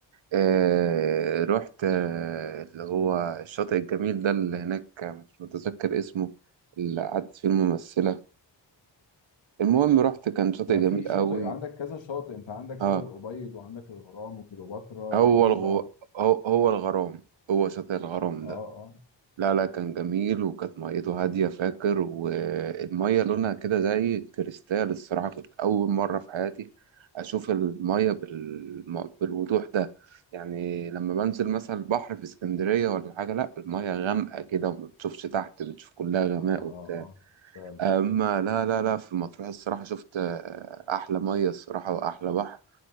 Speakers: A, on the right (about 85°); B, on the left (about 75°).
A: آه... رحت آه... اللي هو الشاطئ الجميل ده اللي هناك مش متذكر اسمه اللي قعدت فيه الممثلة المهم رحت كان شاطئ
B: يعني
A: جميل
B: في شاطئ
A: أوي
B: عندك كذا شاطئ انت عندك
A: اه
B: شاطئ الابيض وعندك الغرام وكليوباترا
A: هو
B: عجيبه
A: الغو...
B: اه
A: هو هو الغرام هو شاطئ الغرام
B: اه
A: ده لا لا كان جميل وكانت ميته هادية فاكر والمية لونها كده زي كريستال الصراحة كنت أول مرة في حياتي أشوف المية بالم... بالوضوح ده يعني لما بنزل مثلا البحر في اسكندرية ولا حاجة لا المية غامقة كده وما بتشوفش تحت بتشوف كلها غماء
B: اه اه
A: وبتاع
B: اه فعلا
A: أما لا لا لا في مطروح الصراحة شفت آه، أحلى مية الصراحة وأحلى بحر